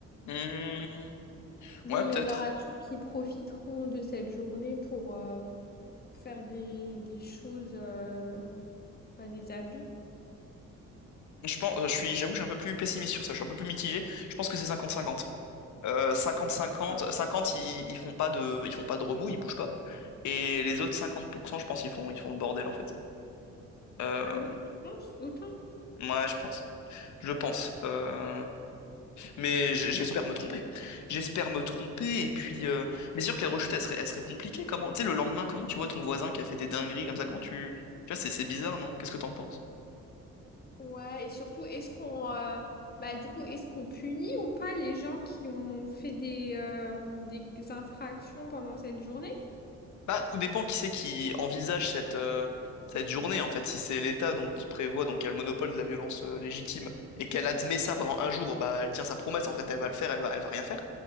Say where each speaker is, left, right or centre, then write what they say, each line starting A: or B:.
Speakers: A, on the left; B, on the left.
A: Hmm,
B: Mais
A: ouais,
B: il
A: peut-être.
B: y en aura toujours qui profiteront de cette journée pour euh, faire des, des choses, euh, enfin, des abus.
A: Je pense, je suis, j'avoue, je suis un peu plus pessimiste sur ça, je suis un peu plus mitigé. Je pense que c'est cinquante-cinquante. Euh, cinquante cinquante
B: Hein.
A: 50, ils, ils font pas de, ils font pas de remous, ils bougent pas. Et les autres 50% je pense, ils font, ils font le bordel en fait. Euh,
B: Ah ouais, tu penses autant?
A: ouais, je pense. Je pense. Euh, mais j- j'espère me tromper. J'espère me tromper. Et puis, euh, mais c'est sûr que la rechute, elle serait, elle serait compliquée. Comment, tu sais, le lendemain, comment tu vois ton voisin qui a fait des dingueries comme ça? Comment tu, tu vois, c'est, c'est bizarre, non? Qu'est-ce que t'en penses?
B: Ouais, et surtout, est-ce qu'on euh, bah du coup, est-ce qu'on punit ou pas les gens qui ont fait des, euh, des infractions pendant cette journée?
A: Bah, tout dépend qui c'est qui envisage cette, euh, cette journée, en fait. Si c'est l'État donc qui prévoit, donc qui a le monopole de la violence euh, légitime, et qu'elle admet ça pendant un jour, bah elle tient sa promesse, en fait, elle va le faire, elle va, elle va rien faire.